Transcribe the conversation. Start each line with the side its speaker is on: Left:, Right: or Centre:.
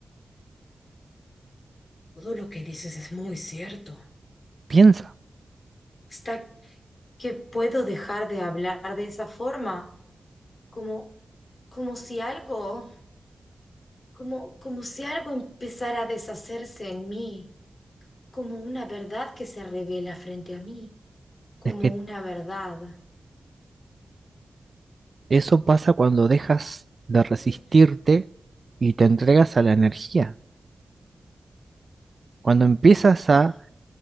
Left: todo lo que dices es muy cierto.
Right: Piensa,
Left: está que puedo dejar de hablar de esa forma, como, como si algo, como, como si algo empezara a deshacerse en mí, como una verdad que se revela frente a mí, como
Right: es que
Left: una verdad.
Right: eso pasa cuando dejas de resistirte
Left: Mm.
Right: y te entregas a la energía, cuando empiezas a
Left: Ah,